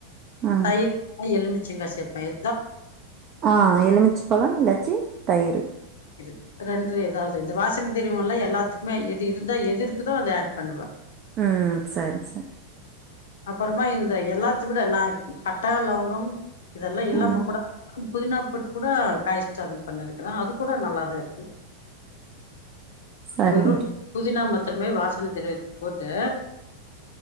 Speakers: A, on the right; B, on the left.
A: ம்
B: தயிர் இல்லனா எலுமிச் சிந்தா சேப்பே எ
A: ஆ எலுமிச்சு பழொ இல்லாச்சி தயிரு
B: இது ரெண்டுல எதாவ்து இந்த வாசன தெரிவொல்லா எல்லாத்துக்குமே எ திருந்தா எதிருக்குதோ அத ஆட் பண்ணுவ
A: ம் சரி சரி
B: அப்பறமா இந்த எல்லாத்த விட நா பட்ட லவங்கம் இதல்லா இல்லாம
A: ம்
B: கூட புதினா போட்டு கூட காய் சாதம் பண்ணிருக்குறே அது கூட நல்லாதா இருக்கு
A: சரி
B: வெறும் புதினா மத்ரமே வாசனை திரவியத்துக் போட்டு